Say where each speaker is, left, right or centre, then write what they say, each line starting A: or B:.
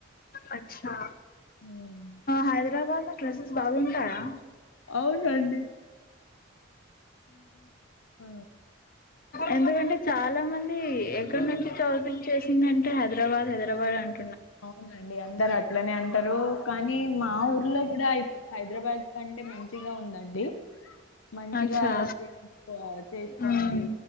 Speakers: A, on the left; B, on the left.
A: అచ్చా
B: ఉమ్,
A: హైదరాబాద్లో డ్రెస్సెస్ బాగుంటాయా
B: అవునండి ఆ
A: ఎందుకంటే చాలా మంది ఎక్కడి నుంచి షాపింగ్ చేసిందంటే హైదరాబాద్ హైదరాబాద్ అన్
B: అవునండి అందరు అట్లనే అంటారు కానీ మా ఊర్లో కూడా ఇప్పుడు హైదరాబాద్ కంటే మంచిగా ఉందండి మంచిగా
A: అచ్చా
B: చేస్కో చేసుకోండి
A: మ్మ్